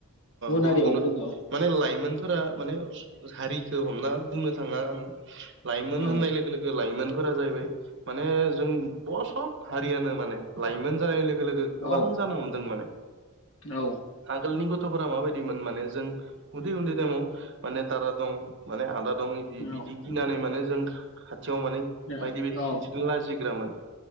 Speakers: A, on the right (about 55°); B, on the left (about 60°).
A: गुबुन
B: हारियावबो
A: गुबुन
B: दोङो
A: माने लाइमोनफोरा माने हारिखौ हमना बुंनो थाङा आं लाइमोन
B: औ
A: होननाय लो गो लोगो लाइमोनफोरा जाहैबाय माने जों सब हारियानो माने लाइमोन जानाय लोगो लोगो गोबां
B: औ
A: जानो हमदों माने
B: औ
A: आगोलनि गथ'फोरा माबायदिमोन माने जों उन्दै उन्दै टाइमाव माने दादा दं माने आदा दं बिदि
B: औ
A: गिनानै माने जों खाथियाव माने
B: औ
A: बायदि बायदि
B: औ
A: खिनथिनो लाजिग्रामोन।